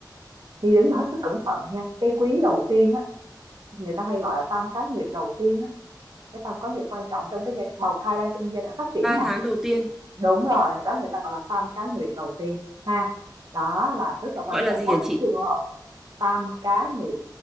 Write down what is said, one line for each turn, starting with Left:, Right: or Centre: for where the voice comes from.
Right: đi đứng là hết sức cẩn thận nha. Cái quý đầu tiên á, người ta hay gọi là tam cá nguyệt đầu tiên á, cái tam cá nguyệt quan trọng trong cái giai bào thai đang trong giai đoạn phát triển
Centre: Ba
Right: mà.
Centre: tháng đầu tiên
Right: Đúng rồi, đó người ta gọi là tam cá nguyệt đầu tiên ha. Đó là rất là quan
Centre: gọi là
Right: trọng.
Centre: gì
Right: Có
Centre: hả
Right: những
Centre: chị?
Right: trường hợp tam cá nguyệt